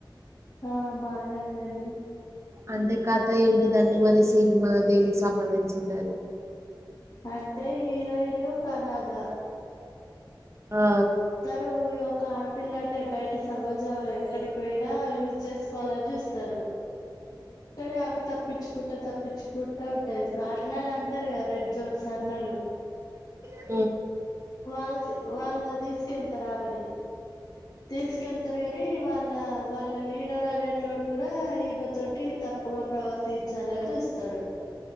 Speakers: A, on the left; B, on the right.
A: ఆ బానే ఉందండి
B: అంటే కథ ఏంటిదండి మరి సినిమా దేనికి సంబంధించింది అని
A: అంటే హీరోయిన్ ఒక అనాధ
B: ఆ
A: ఇద్దరు పోయి యోక్క పిల్లా అంటే బయట సమాజం ఎక్కడికి పోయినా యూజ్ చేసుకోవాలని చూస్తారు తర అ తప్పించుకుంటా తప్పించుకుంటా ఉంటది ఇప్పుడు అన్నలు అంటారు కదా రెడ్ జోన్స్ర్నాలు
B: అ
A: వాల్ తీసుకెళ్తారా ఆ బరి తీసుకెళ్తారు కాని వాళ్ళ వాళ్ళ లీడర్ అనే టోడు కూడా ఈమె తోటి తప్పుగా ప్రవర్తించాలని చూస్తాడు